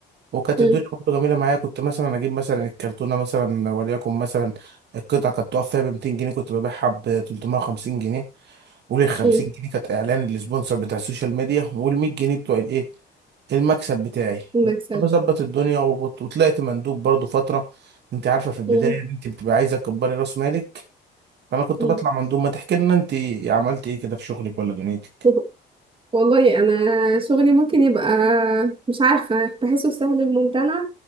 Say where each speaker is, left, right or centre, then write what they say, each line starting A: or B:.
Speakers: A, on the right; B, on the right.
A: وكانت
B: مم.
A: الدنيا برضه جميله معايا كنت مثلا اجيب مثلا الكرتونه مثلا وليكن مثلا القطعه كانت تقف فيها ب 200 جنيه كنت ببيعها ب 350 جنيه وال 50
B: مم.
A: جنيه كانت اعلان للسبونسر بتاع السوشيال ميديا وال 100 جنيه بتوع الايه المكسب بتاعي
B: المكسب
A: وكنت بظبط الدنيا وبط- وطلعت مندوب برضه فتره انت عارفه في البدايه
B: مم.
A: إن انت بتبقى عايزه تكبري راس مالك فانا كنت
B: مم.
A: بطلع مندوب ما تحكي لنا انت عملت ايه كده في شغلك ولا دنيتك
B: <laughs> والله انا شغلي ممكن يبقى مش عارفه بحسه سهل الممتنع